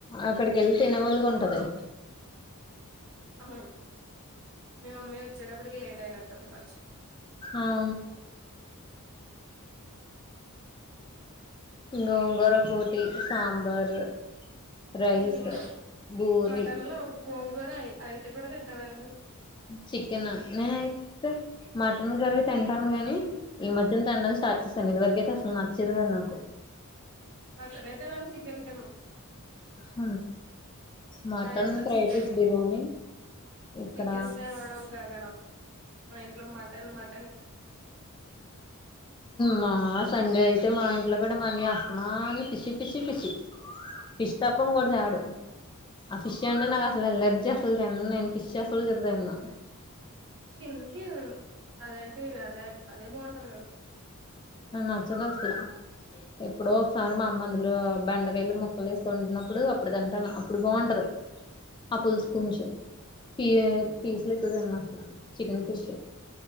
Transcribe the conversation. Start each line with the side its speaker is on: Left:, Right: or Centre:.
Left: అక్కడికిళ్ళి తినేవోళ్ళకి ఉంటది.
Right: ఉహు మీ మమ్మీ వచ్చేటప్పుడికి లేట్ అయినట్టుంది కొంచెం.
Left: ఆహా గోంగోర బోటి, సాంబార్ రైస్
Right: అయ్యో
Left: బూరి
Right: మటన్లో గోంగూరఐ అవితే కూడా తింటావా
Left: చికెన నేన అయితే మటన్ కర్రీ తింటాను గాని ఈ మధ్యన తినడం ఇ స్టార్ట్ చేశాను ఇది వరకయితే అసలు నచ్చేదే కాదు నాకు
Right: మటనే తినాలి చికెన్ తినను
Left: హ మటన్
Right: ఇంట్లో
Left: ఫ్రై
Right: చికెన్
Left: పీస్ బిర్యానీ ఇక్కడ
Right: చికెన్ తేవడం గగనం మా ఇంట్లో మటన్ మ
Left: మా సండేయి తే మా ఇంట్లో కూడా మనీ అత్తమాను ఫిషి ఫిషి ఫిషి ఫిష్ తప్ప ఇంకోటి తేడు ఆ ఫిష్ అంటే నాకు అసలు ఎలర్జీ అస్సలు తినను నేను ఫిష్ అసలు తిన్ను నేను
Right: తినికి అదేంటి అదే అదే బావుంటాది కదా
Left: నాక్ నచ్చనే నచ్చలే ఎప్పుడో ఒకసారి మా అమ్మ అందులో బెండకాయలు ముక్కలు ఎసి వండిన్నప్పుడు అప్పుడు తింటాను అప్పుడు బావుంటది.
Right: అ
Left: ఆ పులుసు కొంచం తియే పీస్లు ఎక్కువతిన్ను అసల చికెన్ ఫిష్